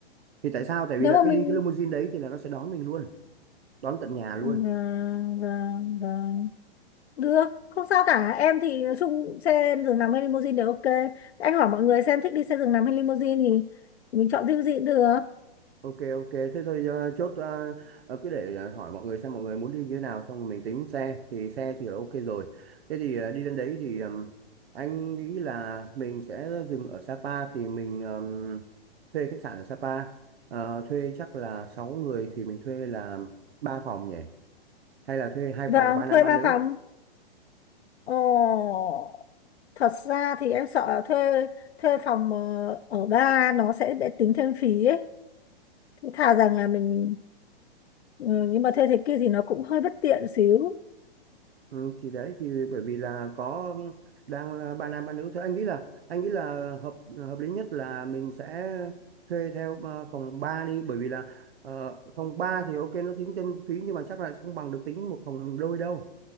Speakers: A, on the right; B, on the left.
A: thì tại sao tại
B: Nếu
A: vì là
B: mà
A: cái
B: mình
A: đi cái limousine đấy thì là nó sẽ đón mình luôn đón tận nhà luôn
B: ờ, vâng vâng vâng Được, không sao cả. Em thì nói chung xe giường nằm hay limousine đều ok. Anh hỏi mọi người xem thích đi xe giường nằm hay limousine thì mình chọn riêng gì cũng được.
A: Ok ok thế thôi ờ, chốt ờ, ờ, cứ để ờ, hỏi mọi người xem mọi người muốn đi như thế nào xong rồi mình tính xe thì xe thì là ok rồi thế thì ờ, đi đến đấy thì ừm, anh nghĩ là mình sẽ dừng ở Sapa thì mình ừm, thuê khách sạn ở Sapa Ờ, thuê chắc là 6 người thì mình thuê là ba phòng nhỉ hay là thuê hai
B: Vâng,
A: phòng ba nam
B: thuê
A: ba
B: ba
A: nữ
B: phòng. Ồ, thật ra thì em sợ là thuê thuê phòng ờ, ở ba nó sẽ để tính thêm phí ấy. Thế thà rằng là mình ừ, nhưng mà thuê thế kia thì nó cũng hơi bất tiện xíu.
A: Ừ, thì đấy thì bởi vì là có đang là ba nam ba nữ thôi anh nghĩ là anh nghĩ là hợp hợp lý nhất là mình sẽ thuê theo ờ, phòng 3 đi bởi vì là ờ, phòng 3 thì ok nó tính thêm phí nhưng mà chắc là sẽ không bằng được tính một phòng đôi đâu